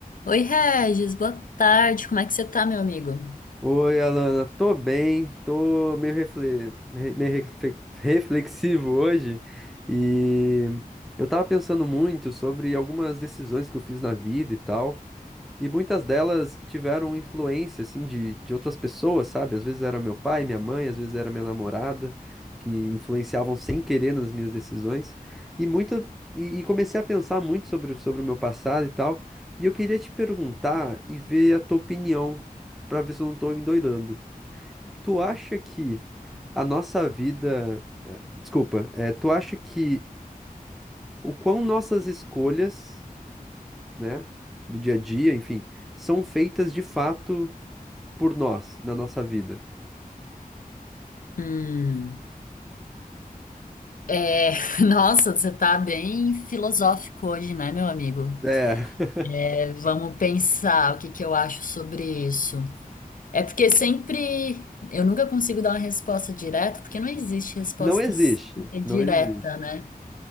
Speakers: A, on the left; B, in the centre.
A: Oi, Regis, boa tarde. Como é que você tá, meu amigo?
B: Oi, Alana, tô bem, tô meio, refle... re- meio refle- reflexivo hoje e eu tava pensando muito sobre algumas decisões que eu fiz na vida e tal. E muitas delas tiveram influência, assim, de, de outras pessoas, sabe? Às vezes era meu pai, minha mãe, às vezes era minha namorada, que influenciavam sem querer nas minhas decisões. E muita, e, e comecei a pensar muito sobre, o- sobre o meu passado e tal. E eu queria te perguntar e ver a tua opinião, pra ver se eu não tô me doidando. Tu acha que a nossa vida... Desculpa, é, tu acha que o quão nossas escolhas, né, do dia a dia, enfim, são feitas de fato por nós na nossa vida.
A: Hum, é, <laughs> nossa, você tá bem filosófico hoje, né, meu amigo?
B: É, <laughs>
A: É, vamos pensar o que que eu acho sobre isso. É porque sempre eu nunca consigo dar uma resposta direta, porque não existe resposta
B: não existe,
A: s-
B: não
A: direta,
B: existe.
A: né?